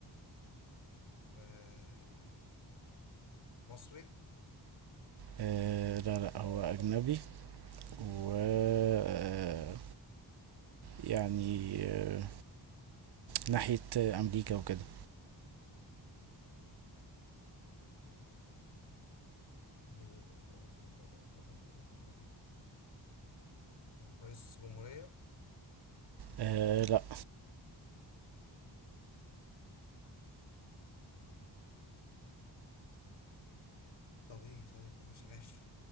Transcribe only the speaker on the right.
آه لا لا هو أجنبي و آه، يعني آه ناحية آه، أمريكا وكده
آه لا